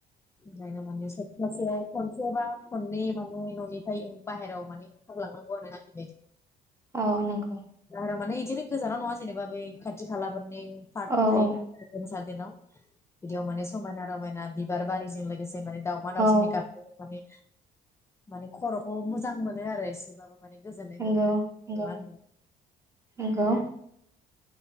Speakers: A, on the left; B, on the right.
A: ओंखायनो माने सप्तासेयाव खनसे बा खननै माने न'निफ्राय बाहेरायाव माने ओंखारलांनां <unintelligible>
B: औ नंगौ
A: बारा माने बिदिनो गोजानाव नङा जेनेबा बै खाथि खालाफोर माने फार्कफोर
B: औ
A: थायो
B: औ
A: ना <unintelligible> बेनाव बिदियाव माने समायना रमायना बिबार बारिजों लोगोसे से माने दावमा दावसानि
B: औ
A: गाबनायजों माने माने खरखौ मोजां मोनो आरो एसे बाबो माने गोजोननाय
B: नंगौ
A: मोनो आरो नंङा
B: नंगौ
A: होनबा
B: नंगौ